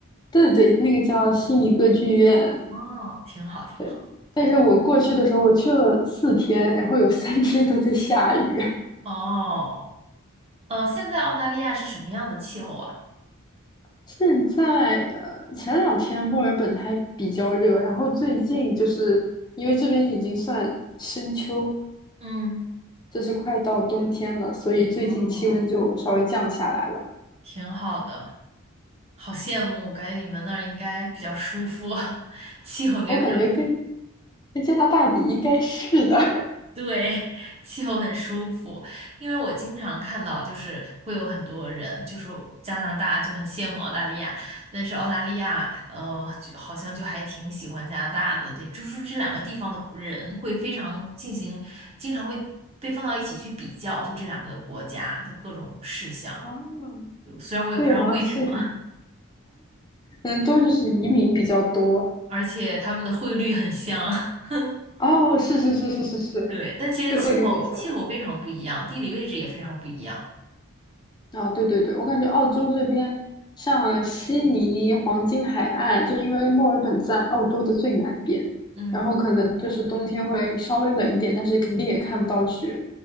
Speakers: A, on the left; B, on the right.
A: 对对对那个叫悉尼歌剧院，
B: 哦，挺好，挺好。
A: 对。但是我过去的时候，我去了四天，然后有三天都在下雨。
B: 嗯哦，呃，现在澳大利亚是什么样的气候啊？
A: <laughs> 现在呃，前两天墨尔本还比较热，然后最近就是因为这边已经算深秋，
B: 嗯，
A: 就是快到冬天了，所以最近气温就稍微降下来了。
B: 哦，挺好的，好羡慕，感觉你们那儿应该比较舒服，<laughs> 气候应该比较。
A: 我感觉跟跟加拿大比应该是的 <laughs>
B: 对，<laughs> 气候很舒服，因为我经常看到，就是会有很多人，就是加拿大就很羡慕澳大利亚，但是澳大利亚，呃，就好像就还挺喜欢加拿大的，对，就是这两个地方的人会非常进行，经常会被放到一起去比较，就这两个国家的各种事项，
A: 啊，
B: 就虽然我也不知道为什么，
A: 对，好像是可能。嗯，都就是移民比较多。
B: 而且他们的汇率很像，<laughs>
A: 哦，是是是是是是，
B: 对，但其实气候气候非常不一样，
A: 这汇率很像
B: 地理位置也非常不一样，
A: 啊。对对对，我感觉澳洲这边，像悉尼黄金海岸，就是因为墨尔本在澳洲的最南边，
B: 嗯。
A: 然后可能就是冬天会稍微冷一点，但是肯定也看不到雪。